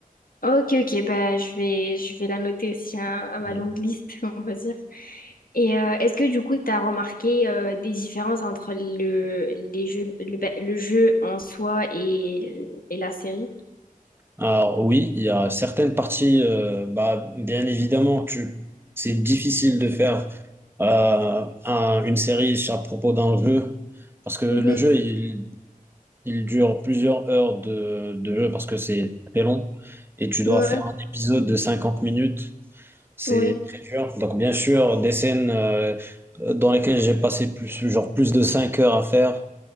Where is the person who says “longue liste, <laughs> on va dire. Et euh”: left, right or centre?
Left